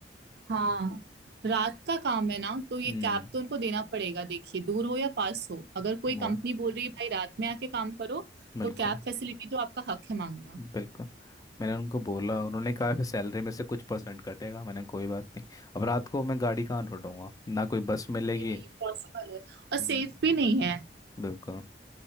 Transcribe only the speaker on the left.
हम्म
वो
बिल्कुल
बिल्कुल मैंने उनको बोला उन्होंने कहा कि सैलरी में से कुछ परसेंट कटेगा मैंने कोई बात नहीं अब रात को मैं गाड़ी कहाँ ढूंढूंगा ना कोई बस मिलेगी
हम्म,
बिल्कुल